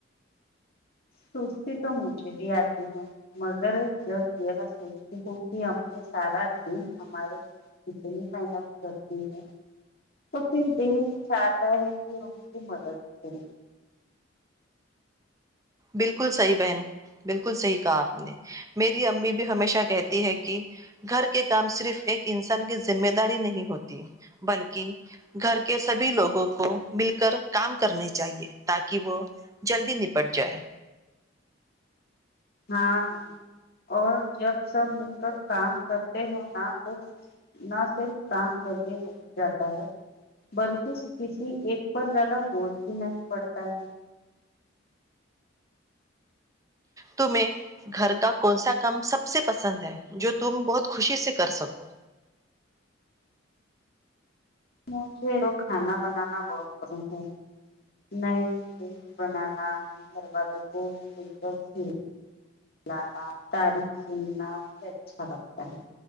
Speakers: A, on the left; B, on the right.
A: سستی تو مجھے بھی آتی ہے مگر جب یہ سوچتی ہوں کہ امی سارا دن ہمارے لیے کتنی محنت کرتی ہے تو پھر دل چاہتا ہے کہ ان کی مدد کرے
B: بالکل صحیح بہن بالکل صحیح کہا آپ نے میری امی بھی ہمیشہ کہتی ہے کہ گھر کے کام صرف ایک انسان کی ذمہ داری نہیں ہوتی بلکہ گھر کے سبھی لوگوں کو مل کر کام کرنے چاہیے تاکہ وہ جلدی نپٹ جائے
A: ہاں ہاں اور جب سب مل کر کام کرتے ہیں نا نہ پھر کام جلدی ہو جاتا ہے بلکہ کسی ایک پر زیادہ بوجھ بھی نہیں پڑتا ہے
B: تمہیں گھر کا کون سا کام سب سے پسند ہے جو تم بہت خوشی سے کر سکو
A: مجھے تو کھانا بنانا بہت پسند ہے نئی نئی ڈش بنانا گھر والوں کو لے کر کھلانا تریف سننا مجے اچھا لگتا ہے